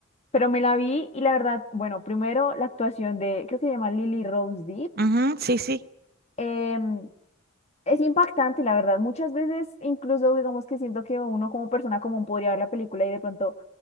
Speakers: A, on the left (about 30°); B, on the right (about 45°).
A: pero me la vi y la verdad, bueno, primero la actuación de, creo que se llama Lily Rose Depp,
B: Ujú, sí, sí.
A: em, es impactante, la verdad. Muchas veces, incluso digamos que siento que uno como persona común podría ver la película y de pronto,